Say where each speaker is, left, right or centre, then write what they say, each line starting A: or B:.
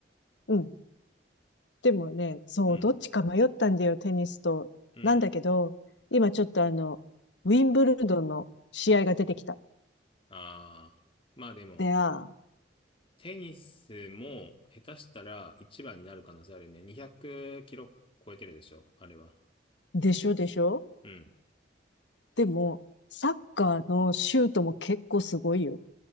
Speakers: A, on the left; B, on the left.
A: うん。でもね、そう、
B: うん、
A: どっちか迷ったんだよ、テニスと。
B: うん。
A: なんだけど、今ちょっとあの、ウィンブルドンの試合が出てきた。
B: ああ、まあでも、
A: で、あ
B: テニスも下手したら一番になる可能性あるね。200キロ超えてるでしょ、あれは。
A: ーでしょでしょ
B: うん。
A: でも、サッカーのシュートも結構すごいよ。